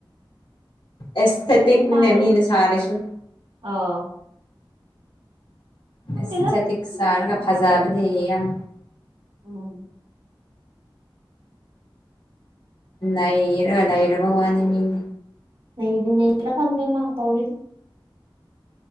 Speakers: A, on the left; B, on the right.
A: ꯑꯦꯁꯊꯦꯇꯤꯛꯅꯦ
B: ꯒ꯭ꯌꯥꯟ ꯇꯥꯗꯦ
A: ꯃꯤꯅꯦ ꯁꯔꯦꯁꯨ
B: ꯑꯥꯎ ꯈꯪꯗꯦꯗ
A: ꯑꯦꯁꯊꯦꯇꯤꯛ ꯁꯥꯔꯒ ꯐꯖꯕꯗꯤ ꯌꯥꯝ
B: ꯎꯝ
A: ꯅꯩꯔ ꯅꯩꯔꯕ ꯋꯥꯅꯤ ꯃꯤꯗꯤ
B: ꯅꯩꯕꯨ ꯅꯩꯕ꯭ꯔ ꯈꯪꯗꯦ ꯃꯥꯇꯧꯔꯤꯗꯣ